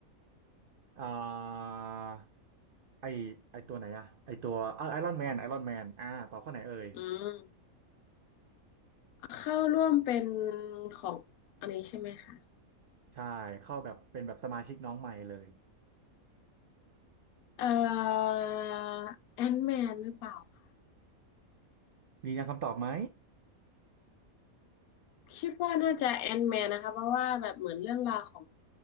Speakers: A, on the right; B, on the left.
A: อ่าไอไอตัวไหนอะไอตัวไอรอนแมนไอรอนแมนอ่าต่อข้อไหนเอ่ย
B: อืมเข้าร่วมเป็นของอันนี้ใช่ไหมคะ
A: ใช่เข้าแบบเป็นแบบสมาชิกน้องใหม่เลย
B: เอ่อแอนแมนหรือเปล่าคะ
A: ยืนยันคำตอบไหม
B: คิดว่าน่าจะแอนแมนนะคะเพราะว่าแบบเหมือนเรื่องราวของ